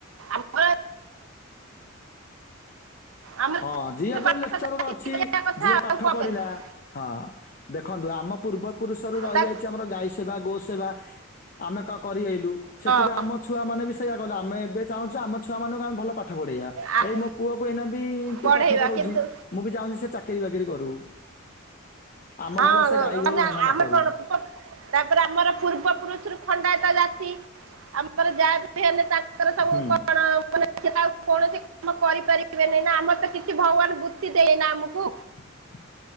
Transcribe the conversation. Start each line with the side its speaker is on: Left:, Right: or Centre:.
Right: ଆମର ଆମର
Left: ହଁ ଯିଏ
Right: ପାଠ
Left: ଯୋଉ ଲେକ୍ଚରର
Right: ଚାକିରି
Left: ଅଛି
Right: କରିବା କଥା
Left: ଯିଏ
Right: ଆଉ
Left: ପାଠ
Right: କଣ
Left: ପଢିଲା
Right: କରିବି
Left: ହଁ ଦେଖନ୍ତୁ ଆମ ପୂର୍ବ ପୁରୁଷରୁ ରଇ
Right: ତା
Left: ଆଇଛି ଆମର ଗାଈ ସେବା ଗୋ ସେବା ଆମେ କ କରି ହେଇଲୁ ସେଥିପାଇଁ
Right: ହଁ
Left: ଆମ ପୂ ଛୁଆ ମାନେ ବି ସେଇଆ କଲେ ଆମେ ଏବେ ଚାହୁଁଚୁ ଆମ ଛୁଆମାନଙ୍କୁ ଆମେ ଭଲ ପାଠ ପଢେଇଆ
Right: ଆ-
Left: ଏଇ ମୋ ପୁଅକୁ ଏଇନା ବି ପି
Right: ପଢେଇବା
Left: ପାଠ ପଢଉଛି
Right: କିନ୍ତୁ
Left: ମୁଁ ବି ଚାହୁଁଛି ସେ ଚାକିରି ବାକିରି କରୁ। ଆମ
Right: ଅ
Left: ଭଳିଆ ସେ ଗାଈ ଗୋରୁ
Right: ମାନେ
Left: ଧନ୍ଦା ନ
Right: ଆମେ
Left: କରୁ
Right: କଣ ପୁଟ ତାପରେ ଆମର ପୂର୍ବ ପୁରୁଷରୁ ଖଣ୍ଡାୟତ ଜାତି ଆ ତାର ଯାହା ବି ହେଲେ ତାଙ୍କର ସବୁ
Left: ହୁଁ।
Right: କଣ ମାନେ ଆଉ କୌଣସି କାମ କରିପାରିବେନି ନା ଆମର ତ କିଛି ଭଗବାନ ବୃତ୍ତି ଦେଇନା ଆମକୁ।
Left: <inaudible>